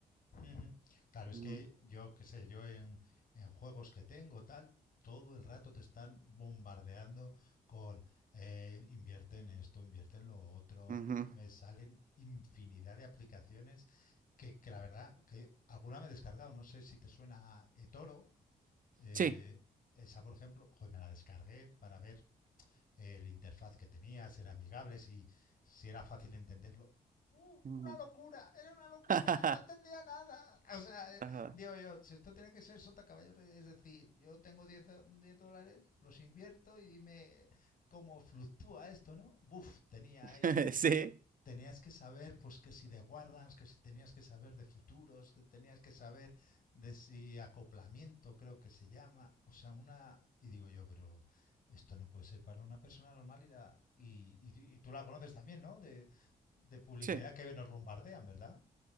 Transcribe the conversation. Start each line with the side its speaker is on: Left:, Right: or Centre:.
Left: ujú. Claro, es
Right: Ujú.
Left: que yo, qué sé, yo en, en juegos que tengo, tal, todo el rato te están bombardeando con eh, invierte en esto, invierte en lo otro,
Right: Ujú.
Left: M- me salen infinidad de aplicaciones que, que la verdad, que alguna me he descargado, no sé si te suena a Etoro. Eh,
Right: Sí.
Left: esa, por ejemplo, joder, me la descargué para ver el interfaz que tenía, si era amigable, si, si era fácil entenderlo. ¡Uh!
Right: Ujú.
Left: Una locura, era una locura,
Right: <laughs>
Left: no entendía nada. O sea, eh,
Right: Ajá.
Left: digo yo, si esto tiene que ser sota caballo, es decir, yo tengo diez do- 10 dólares, los invierto y dime cómo fluctúa esto, ¿no? Buf, tenía ahí
Right: <laughs> Sí.
Left: tenías que saber, pues que si de Warrants, que si tenías que saber de futuros, que tenías que saber de si acoplamiento, creo que se llama. O sea, una. Y digo yo, pero esto no puede ser para una persona normal y la. Y, y- y tú la conoces también, ¿no? De, de publicidad
Right: Sí.
Left: que nos bombardean, ¿verdad?